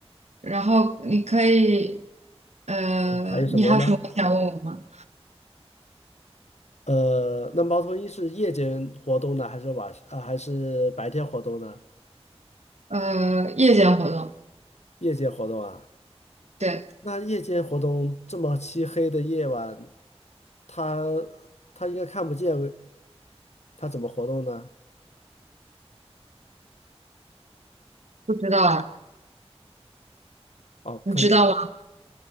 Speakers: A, on the right (about 90°); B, on the left (about 85°).
A: 然后你可以，呃，
B: 嗯还有什么呢？
A: 你还有什么想问我吗？
B: 呃，那猫头鹰是夜间活动呢，还是晚上啊，还是白天活动呢？
A: 呃，夜间活动，
B: 夜间活动啊？
A: 对，
B: 那夜间活动这么漆黑的夜晚，它它应该看不见，它怎么活动呢？
A: 不知道啊。
B: 哦，
A: 你知道吗？
B: 肯，